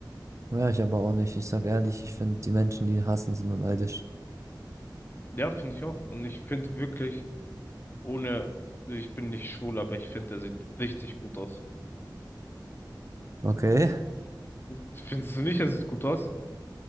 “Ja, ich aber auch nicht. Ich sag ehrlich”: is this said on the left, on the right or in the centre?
Right